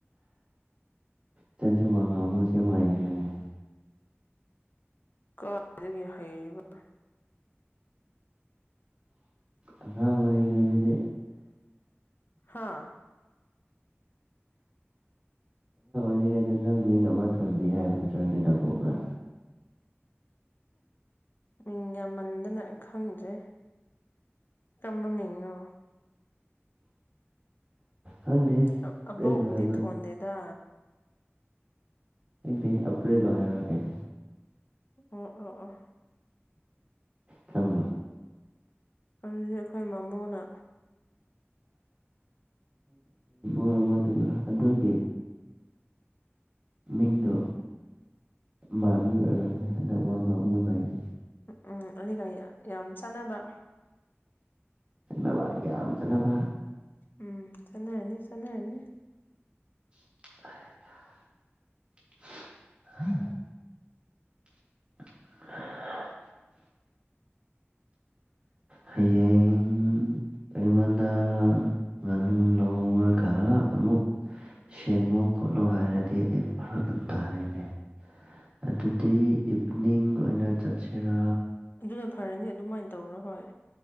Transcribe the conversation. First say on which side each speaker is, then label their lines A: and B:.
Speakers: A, on the right; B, on the left.
A: ꯆꯟꯁꯦ ꯋꯥ ꯉꯥꯡꯕꯒ ꯁꯦ ꯌꯥꯝ ꯍꯩꯈꯔꯦꯅꯦ
B: ꯀꯥ ꯗꯒꯤ ꯍꯩꯔꯤꯕ
A: ꯑꯉꯥꯡ ꯑꯣꯏꯔꯤꯉꯩꯗꯗꯤ
B: ꯍꯥꯥ
A: ꯀꯔꯤꯉꯩꯗ ꯅꯪ ꯃꯤꯡ ꯑꯃ ꯊꯣꯟꯕꯤ ꯍꯥꯏꯕ ꯅꯠꯇ꯭ꯔꯣꯅꯦ ꯅꯕꯣꯛꯅ
B: ꯃꯤꯡ ꯌꯥꯝꯃꯟꯗꯅ ꯈꯪꯗ꯭ꯔꯦ ꯇꯝꯕ ꯃꯤꯡꯅꯣ
A: ꯈꯪꯗꯦ
B: ꯑ ꯑꯕꯣꯛꯅꯗꯤ
A: ꯑꯄ꯭ꯔꯦꯜꯂꯣ ꯍꯥꯏꯕ꯭ꯔꯥ
B: ꯊꯣꯟꯗꯦꯗ
A: ꯈꯪꯗꯦ ꯑꯄ꯭ꯔꯦꯜ ꯂꯣ ꯍꯥꯏꯕꯔ ꯀꯦꯅꯣ
B: ꯑꯣ ꯑꯣ ꯑꯣ
A: ꯈꯪꯕꯔ
B: ꯑꯗꯨꯗꯤ ꯑꯩꯈꯣꯏ ꯃꯃꯣꯅ
A: <unintelligible> ꯑꯗꯨꯒꯤ ꯃꯤꯡꯗꯣ ꯃꯥꯟꯂꯒ ꯑꯣꯢꯔꯝꯅꯤ ꯍꯟꯗꯛ ꯋꯥ ꯉꯥꯡꯕ ꯍꯩꯗꯣ
B: ꯎꯝ ꯑꯗꯨꯒ ꯌꯥ ꯌꯥꯝ ꯆꯥꯟꯅꯕ
A: ꯆꯥꯟꯅꯕ ꯌꯥꯝ ꯆꯥꯟꯅꯕ
B: ꯎꯝ ꯆꯥꯅꯔꯅꯤ ꯆꯅꯔꯅꯤ
A: <inaudible> <inaudible> ꯍꯌꯦꯡ ꯑꯩꯉꯣꯟꯗ ꯉꯥꯅꯨ ꯂꯧꯔꯒ ꯑꯃꯨꯛ ꯁꯦꯝꯃꯨ ꯈꯣꯠꯂꯨ ꯍꯥꯏꯔꯗꯤ ꯑꯩꯕꯨ ꯐꯔꯛ ꯌꯥꯝ ꯇꯥꯔꯦꯅꯦ ꯑꯗꯨꯗꯤ ꯏꯚꯅꯤꯡ ꯑꯣꯏꯅ ꯆꯠꯁꯤꯔꯥ
B: ꯑꯗꯨꯅ ꯐꯔꯅꯤ ꯑꯗꯨꯃꯥꯏꯅ ꯇꯧꯔꯣ ꯍꯣꯏ